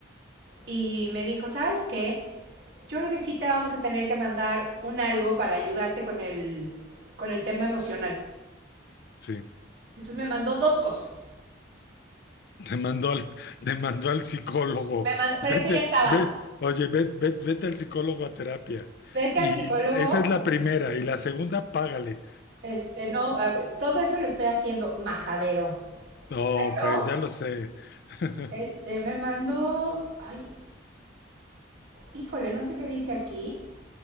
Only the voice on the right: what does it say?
y me dijo, ¿sabes qué? Yo creo que sí te vamos a tener que mandar un algo para ayudarte con el, con el tema emocional.
Entonces me mandó dos cosas.
Me mandó, pero
eso ya estaba.
Vete
al psicólogo.
Este, no, eh, todo eso lo estoy haciendo majadero.
Pero
este, me mandó, ay, híjole, no sé qué dice aquí.